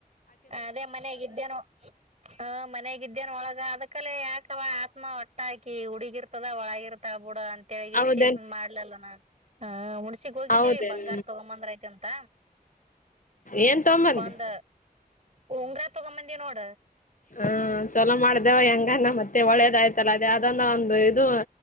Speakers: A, on the right; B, on the left.
A: ಅದೇ ಮನ್ಯಾಗಿದ್ದೇನು ಹ ಮನ್ಗಿದ್ದೇನ್ ಒಳಗ ಅದಕ್ಕ. ಅಕ್ಕಲೆ ಯಾಕವ ಆಸಮಾ ಒಟ್ಟಾಕಿ ಹುಡುಗಿರ್ತದ ಒಳಗ ಇರ್ತ ಬುಡ ಅಂತ. ತೆಳಗಸಿ
B: ಹೌದೇನ್
A: ಇದನ್ ಮಾಡ್ಲಲ್ಲ ನಾ ಹಾ ಉಣಸಿಗ್ ಹೋಗಿದ್ದೀವಿ
B: ಹೌದೇನ್
A: ಬಂಗಾರ ತಗೊಂಬಂದ್ರ ಆಯ್ತ ಅಂತ.
B: ಏನ್ ತೊಂಬಂದಿ.
A: ಒಂದ ಉಂಗ್ರ ತಗೊಂಬಂದಿ ನೋಡ.
B: ಹಾ ಚಲೋ ಮಾಡ್ದ. ವ ಹೆಂಗಾನ ಮತ್ತೆ ಒಳ್ಳೇದಾಯ್ತಲ್ಲ ಅದೇ ಅದನ್ನ ಒಂದು ಇದು